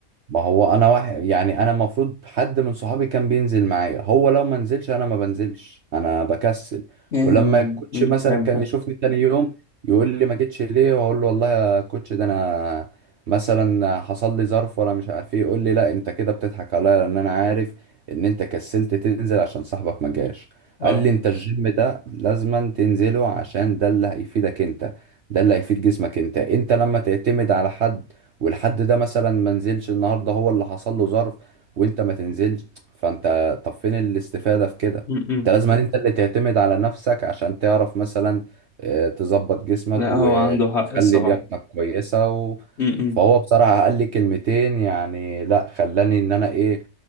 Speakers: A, on the right; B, on the left.
A: ما هو انا واحد يعني انا المفروض حد من صحابي كان بينزل معايا هو لو ما نزلش انا ما بنزلش انا بكسل
B: امم
A: ولما الكوتش مثلا
B: فهمتك
A: كان يشوفني تاني يوم يقول لي ما جيتش ليه واقول له والله يا كوتش ده انا مثلا حصل لي ظرف وانا مش عارف ايه يقول لي لا انت كده بتضحك عليا لان انا عارف ان انت كسلت تنزل عشان صاحبك ما جاش
B: اه
A: قال لي انت الجيم ده لازما تنزله عشان ده اللي هيفيدك انت ده اللي هيفيد جسمك انت انت لما تعتمد على حد والحد ده مثلا ما نزلش النهارده هو اللي حصل له ظرف وانت ما تنزلش فانت طب فين الاستفادة في كده
B: امم
A: انت لازم انت اللي تعتمد على نفسك عشان تعرف مثلا آه، تظبط جسمك
B: لا
A: وتخلي
B: هو عنده حق الصراحه
A: لياقتك كويسة و...
B: امم
A: فهو بصراحة قال لي كلمتين يعني لا خلاني ان انا ايه